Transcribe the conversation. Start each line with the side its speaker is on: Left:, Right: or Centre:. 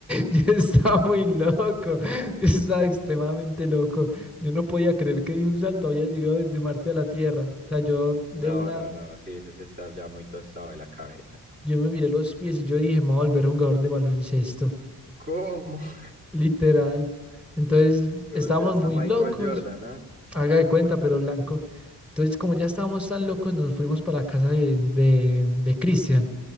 Centre: yo estaba muy loco. Yo estaba extremadamente loco. Yo no podía creer que de un salto había llegado desde Marte a la Tierra. O sea, yo de
Right: No,
Centre: una,
Right: no, no, sí, eso es estar ya muy tostado de la cabeza.
Centre: yo me miré los pies y yo dije, me voy a volver jugador de baloncesto.
Right: ¿Cómo? <laughs>
Centre: Literal. Entonces
Right: Se
Centre: estábamos
Right: volvió hasta
Centre: muy
Right: Michael
Centre: locos,
Right: Jordan, ¿ah?
Centre: haga de cuenta, pero blanco. Entonces, como ya estábamos tan locos, nos fuimos para la casa de, de, de Cristian.